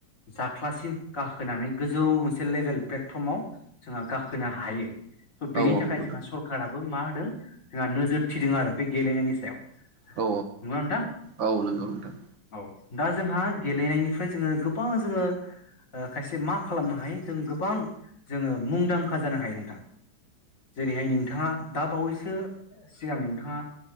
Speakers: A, on the left; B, on the right.
A: जा क्लाससिम गाखोनानै गोजौ मोनसे लेभेल प्लेटफर्माव जोंहा गाखोनो हायो। बेनि
B: औ
A: थाखाय
B: नोंथां
A: जोंहा सरखाराबो मा होदों जोंहा नोजोर थिदों आरो बे गेलेनायनि सायाव। नंगौ
B: औ
A: नोंथां।
B: औ नंगौ नोंथां
A: औ दा जोंहा गेलेनायनिफ्राय जोङो गोबां जोङो ओ खायसे मा खालामनो हायो जों गोबां जोङो मुंदांखा जानो हायो नोंथां। जेरैहाय नोंथाङा दा बावैसो सिगां नोंथाङा